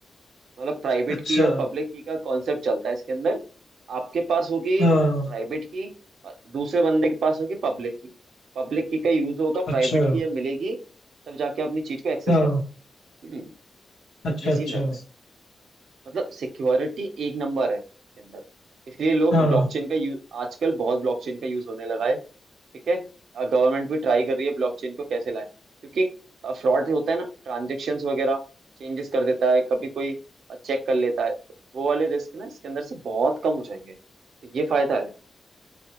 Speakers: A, on the right (about 85°); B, on the left (about 80°).
A: मतलब प्राइवेट
B: अच्छा
A: की और पब्लिक की का कॉन्सेप्ट चलता है इसके अंदर आपके पास होगी
B: हाँ
A: प्राइवेट की और दूसरे बंदे के पास होगी पब्लिक की पब्लिक की का यूज होगा
B: अच्छा
A: प्राइवेट की जब मिलेगी तब जाके अपनी चीज को एक्सेस
B: हाँ
A: कर सकते हो हम्म,
B: अच्छा
A: ये सीन
B: अच्छा
A: रहता है मतलब सिक्योरिटी एक नंबर है इसके अंदर इसलिए लोग
B: हाँ
A: ब्लॉकचेन का यूज आजकल बहुत ब्लॉकचेन का यूज होने लगा है ठीक है गवर्नमेंट भी ट्राई कर रही है ब्लॉकचेन को कैसे लाए क्योंकि फ्रॉड होता है ना ट्रांजेक्शन्स वगैरह चेंजेस कर देता है कभी कोई चेक कर लेता है तो वो वाले रिस्क ना इसके अंदर से बहुत कम हो जाएंगे तो ये फायदा है